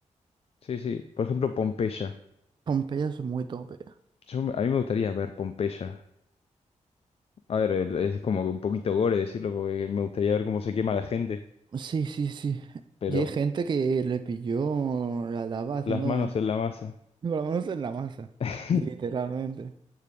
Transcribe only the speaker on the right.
Pompeya es muy tope.
Sí, sí, sí.
Y hay gente que le pilló la lava haciendo,
<laughs> por lo menos en la masa,
literalmente.